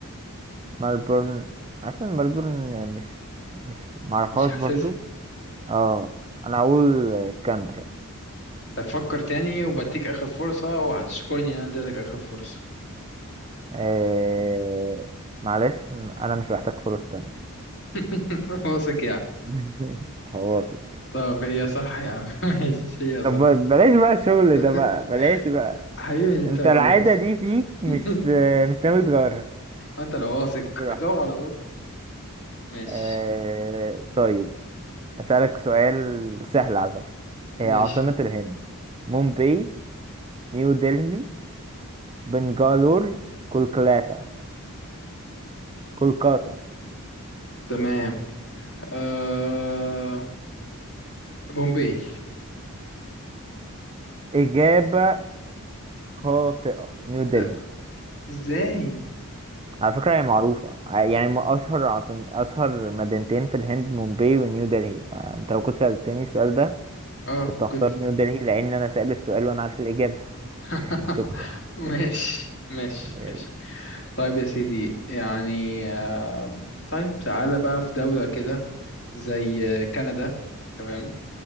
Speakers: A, on the right; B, on the left.
A: ملبورن عارفة إن ملبورن مش مش معرفهاش
B: مش حاسسها
A: برضو اه انا هقول كامبرا
B: طب فكر تاني وبديك آخر فرصة وهتشكرني إن أنا اديتك آخر فرصة
A: آه معلش انا مش محتاج فرص تانية
B: <laughs> واثق يعني
A: <laughs> هواصل
B: طب هي صح يا عم <laughs> ماشي هي صح
A: طب بلاش بقى الشغل
B: <laughs>
A: ده بقى بلاش بقى
B: حبيبي أنت
A: انت
B: لو
A: العادة
B: واثق
A: دي فيك مش
B: <laughs>
A: مش ناوي تغيرها
B: أنت لو واثق
A: براحتك
B: أجاوب على طول ماشي
A: آه طيب أسألك سؤال سهل على فكرة
B: ماشي
A: هي عاصمة الهند مومباي نيو دلهي بنغالور كولكاتا كولكاتا
B: تمام أه... بومبي
A: إجابة خاطئة نيو دلهي
B: لا ازاي
A: على فكرة هي معروفة ع- يعني م- أشهر عاصم أشهر مدينتين في الهند مومباي ونيو دلهي فأنت لو كنت سألتني السؤال ده
B: اه
A: كنت هختار
B: كنت
A: نيو دلهي لأن أنا سأل السؤال وأنا عارف الإجابة
B: <laughs>
A: شكرا
B: ماشي ماشي
A: ماشي
B: ماشي طيب يا سيدي يعني آم، طيب تعالى بقى في دولة كده زي كندا تمام